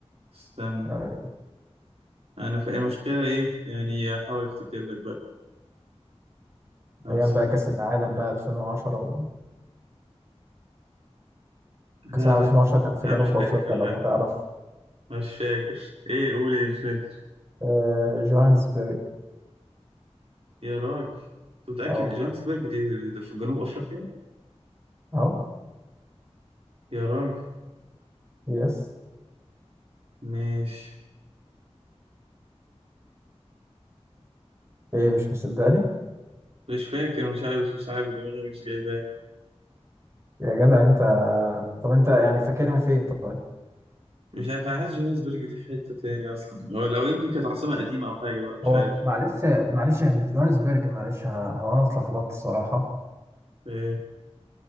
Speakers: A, on the right; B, on the right.
A: استنى
B: آه،
A: أنا فاهم المشكلة إيه يعني أحاول أفتكر لك بقى عاصمة
B: ايام بقى كاس العالم بقى 2010 و...
A: لا
B: كاس العالم
A: لا
B: 2010 كان في
A: لا
B: جنوب
A: مش فاكر
B: افريقيا
A: لا
B: لو ما تعرفش
A: مش فاكر ايه قول ايه مش فاكر
B: آه، جوهانسبرج
A: يا راجل انت متأكد
B: اهو
A: جوهانسبرج دي, دي في جنوب افريقيا
B: اهو
A: يا راجل
B: يس
A: مش
B: ايه مش مصدقني
A: مش فاكر مش عارف مش عارف دماغي مش جايباه
B: يا جدع انت طب انت يعني فاكرها فين طيب
A: مش عارف انا حاسس جوهانسبرج دي في حتة تاني اصلا هو لو يمكن كانت عاصمة قديمة او حاجة بقى مش
B: هو
A: عارف
B: معلش معلش هي مش جوهانسبرج معلش ه- هو انا اتلخبطت الصراحه
A: إيه.